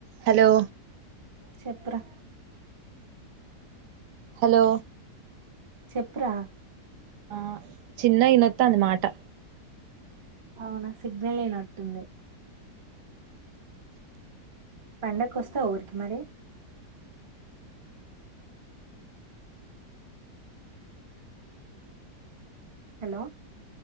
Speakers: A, on the right; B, on the right.
A: Hello
B: చెప్పు రా
A: hello
B: చెప్పు రా
A: ఆ చిన్నయినొత్తా ఉంది మాట
B: అవునా సిగ్నల్ లేనట్టుంది పండక్ వస్తవ ఊరికి మరి హలో